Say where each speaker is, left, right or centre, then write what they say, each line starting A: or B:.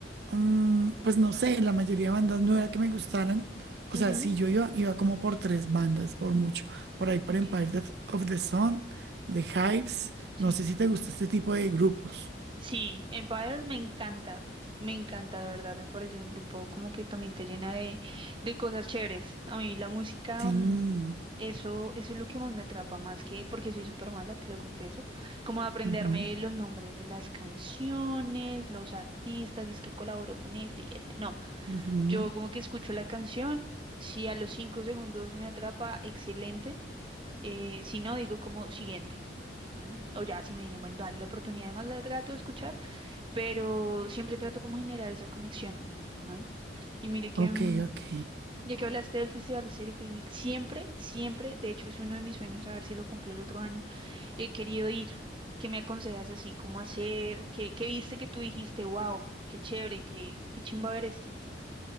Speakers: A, on the right; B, on the right.
A: Mm, pues no sé, la mayoría de bandas no era que me gustaran. O
B: ujú.
A: sea, si yo iba, iba como por tres bandas, por mucho. Por ahí por
B: Ok,
A: Empire Death of the Sun, The Hives.
B: sí.
A: No sé si te gusta este tipo de grupos.
B: Sí, Empire me encanta. Me encanta, de verdad. Me parece un grupo como que también te llena de, de cosas chéveres. A mí la música,
A: Sí.
B: mm,
A: mm,
B: eso, eso es lo que más me atrapa, más que porque soy súper mala, te lo confieso. Como aprenderme
A: ujú,
B: los nombres de las canciones, los artistas, y es que colaboro con este y este. No.
A: ujú.
B: Yo como que escucho la canción, si a los cinco segundos me atrapa, excelente. eh, si no, digo como siguiente. ¿m? O ya, si me dicen, bueno, dale la oportunidad, además la trato de escuchar, pero siempre trato como generar esa conexión, ¿no? Y mire que,
A: Ok,
B: mm,
A: ok.
B: ya que hablaste del Festival Estéreo Picnic, siempre, siempre, de hecho es uno de mis sueños, a ver si lo cumplo el otro año, he querido ir. ¿Qué me aconsejas así? ¿Cómo hacer? ¿Qué, qué viste que tú dijiste, wow, qué chévere, qué, qué chimba ver esto?